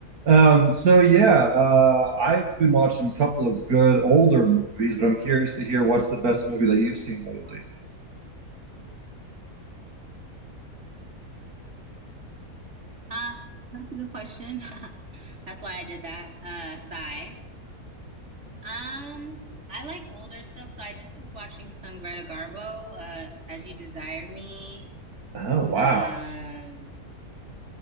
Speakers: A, on the right; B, on the right.
A: Um, so yeah, uh, I've been watching a couple of good older movies, but I'm curious to hear what's the best movie that you've seen lately.
B: Uh, that's a good question. <laughs> That's why I did that. Uh, sigh. Um, I like older stuff, so I just was watching some Greta Garbo, uh, As You Desire Me.
A: Oh, wow.
B: Um,